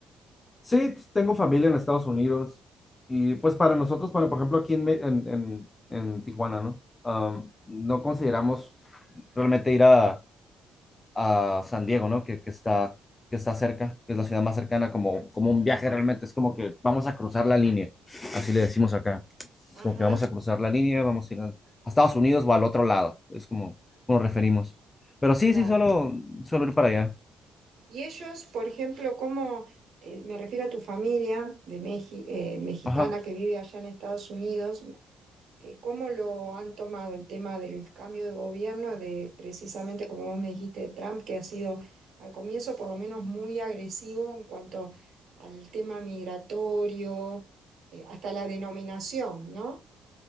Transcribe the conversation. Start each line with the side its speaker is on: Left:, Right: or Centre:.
Left: Sí, tengo familia en Estados Unidos y pues para nosotros, bueno, por ejemplo, aquí en, Me- en, en- en Tijuana, ¿no? Am, no consideramos Realmente ir a, a San Diego, ¿no? Que, que está, que está cerca, que es la ciudad más cercana, como, como un viaje realmente, es como que vamos a cruzar la línea, así le decimos acá, es
Right: Ajá,
Left: como que vamos a cruzar la línea, vamos a ir a, a Estados Unidos o al otro lado, es como, como nos referimos. Pero sí,
Right: claro.
Left: sí, solo, solo ir para allá.
Right: Y ellos, por ejemplo, ¿cómo, eh, me refiero a tu familia de Meji- eh, mexicana
Left: Ajá.
Right: que vive allá en Estados Unidos, eh, ¿cómo lo han tomado el tema del cambio de gobierno, de precisamente como vos me dijiste, Trump, que ha sido al comienzo por lo menos muy agresivo en cuanto al tema migratorio, eh, hasta la denominación, ¿no?